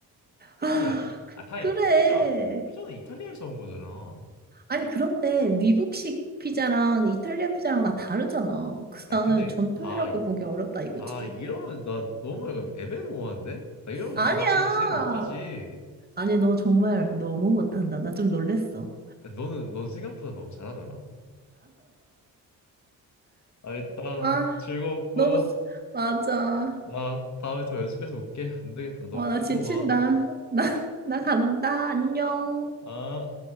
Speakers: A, on the right; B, on the left.
A: 아,
B: 피자야?
A: 그,
B: 아 타임
A: 그래.
B: 피자 피자는 이탈리아에서 온 거잖아.
A: 아니, 그런데 미국식 피자랑 이탈리아 피자랑 다 다르잖아. 그래서
B: 아
A: 나는
B: 근데
A: 전통이라고
B: 아, 이-
A: 보기 어렵다 이거지.
B: 아 이러면 나 너무 약간 애매모호한데? 나 이러면
A: 아니야.
B: 다 같이 진행 못하지.
A: 아니, 너 정말 너무 못한다. 나 좀 놀랬어.
B: 너는 넌 생각보다 너무 잘하더라. 아 일단
A: 아,
B: 즐겁고
A: 너무, 맞아.
B: 나 다음에 더 연습해서 올게. 안 되겠다. 너
A: 어, 나
B: 두고
A: 지친다.
B: 봐.
A: 나, 나 간다. 안녕.
B: 아. 아.